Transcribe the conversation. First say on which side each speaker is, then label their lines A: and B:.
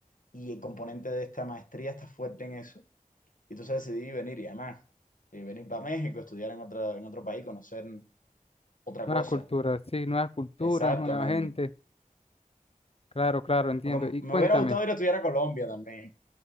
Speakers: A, on the left; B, on the left.
A: Y el componente de esta maestría está fuerte en eso. Y entonces decidí venir y además, eh, venir para México, estudiar en, otra, en otro país, conocer otra
B: Nuevas
A: cosa.
B: culturas, sí, nuevas culturas,
A: Exacto,
B: nueva
A: me,
B: gente. Claro, claro, entiendo.
A: aunque
B: Y
A: me
B: cuéntame.
A: hubiera gustado ir a estudiar a Colombia también.